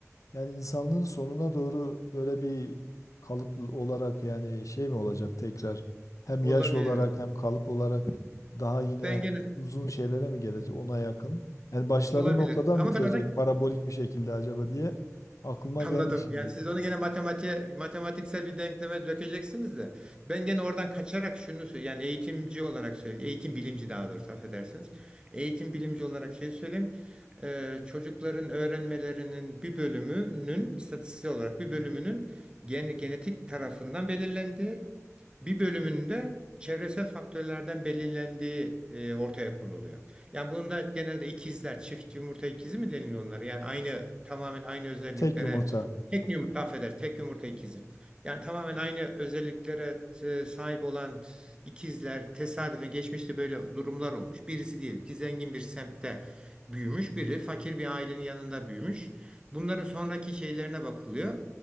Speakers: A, on the left (about 75°); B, on the right (about 15°).
A: yani insanlığın sonuna doğru böyle bir kalıp olarak yani şey mi olacak tekrar? Hem
B: Olabilir
A: yaş olarak
B: hocam.
A: hem kalıp olarak daha yine
B: Ben gene
A: uzun şeylere mi gelecek ona yakın? Yani başladığı
B: olabilir.
A: noktadan
B: Ama
A: bitirecek
B: ben adam
A: parabolik bir şekilde acaba diye aklıma geldi
B: Anladım.
A: şimdi.
B: Yani siz onu gene matematiğe, matematiksel bir denkleme dökeceksiniz de. Ben gene oradan kaçarak şunu söyleyeyim. Yani eğitimci olarak söyleyeyim. Eğitim bilimci daha doğrusu affedersiniz. Eğitim bilimci olarak şey söyleyeyim. Ee, çocukların öğrenmelerinin bir bölümünün istatistiksel olarak bir bölümünün gen- genetik tarafından belirlendiği, bir bölümünde çevresel faktörlerden belirlendiği e, ortaya konuluyor. Yani bunda genelde ikizler, çift yumurta ikizi mi deniliyor onlara? Yani aynı tamamen aynı özelliklere
A: Tek yumurta.
B: Tek yumurta affeder. Tek yumurta ikizi. Yani tamamen aynı özelliklere e, sahip olan ikizler tesadüfen geçmişte böyle durumlar olmuş. Birisi diyelim ki zengin bir semtte büyümüş, biri fakir bir ailenin yanında büyümüş. Bunların sonraki şeylerine bakılıyor.